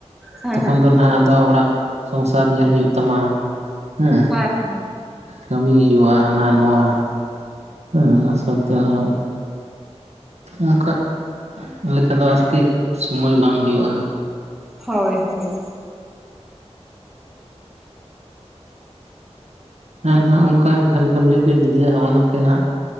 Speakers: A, in the centre; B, on the right.
A: ᱦᱮᱸ
B: ᱛᱚᱠᱷᱚᱱ ᱫᱚ ᱱᱟᱦᱟᱜ ᱟᱫᱚ ᱚᱲᱟᱜ ᱥᱚᱝᱥᱟᱨ ᱧᱮᱞ ᱦᱩᱭᱩᱜ ᱛᱟᱢᱟ, ᱦᱮᱸ
A: <unintelligible>
B: ᱠᱟᱹᱢᱤ ᱦᱩᱭᱩᱜᱼᱟ, ᱦᱟᱱᱟ ᱱᱚᱣᱟ ᱾ ᱦᱩᱸ, ᱚᱱᱟ ᱥᱟᱶᱛᱮ ᱦᱚᱸ ᱚᱝᱠᱟ ᱞᱮᱠᱟ ᱫᱚ ᱟᱨᱠᱤ ᱥᱩᱢᱟᱹᱭ ᱵᱟᱝ ᱦᱩᱭᱩᱜᱼᱟ᱾
A: ᱦᱳᱭ ᱦᱳᱭ,
B: ᱟᱨ ᱚᱝᱠᱟ ᱡᱟᱦᱟᱸ ᱞᱮᱠᱟᱢ ᱞᱟᱹᱭ ᱠᱮᱫ ᱫᱤᱭᱟ ᱚᱝᱠᱮᱱ ᱱᱟᱜ